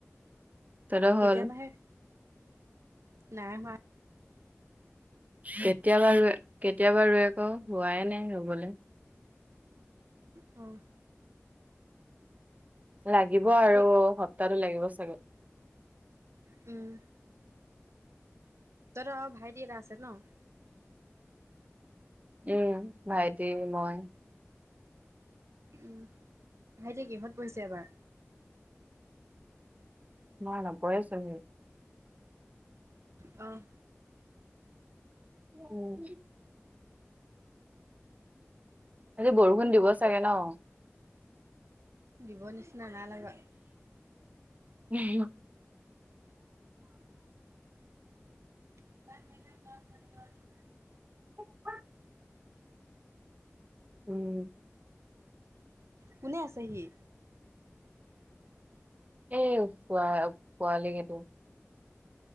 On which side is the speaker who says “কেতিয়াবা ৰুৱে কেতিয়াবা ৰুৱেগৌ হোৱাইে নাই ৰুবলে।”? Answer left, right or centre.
Right